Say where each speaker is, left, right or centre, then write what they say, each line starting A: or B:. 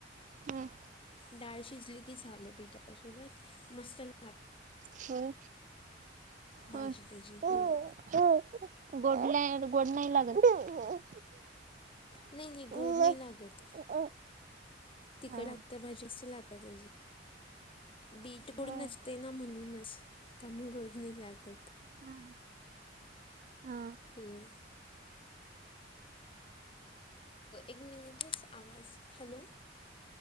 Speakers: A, on the right; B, on the left.
A: हम.
B: डाळ शिजली की, झालं बीटा त्यासोबत मस्त लागतंय.
A: होय
B: भाजी
A: होय.
B: त्याची
A: हो
B: होय
A: गोड गोड नाही लागत.
B: नाही नाही
A: होय.
B: गोड नाही लागत तिकड
A: हा.
B: लागतं भाजी कसं लागते त्याची. बीट गोड
A: हा.
B: नसते ना म्हणूनच त्यामुळे गोड नय लागत.
A: हा हा,
B: होय. एक मिनिटच आवाज हॅलो,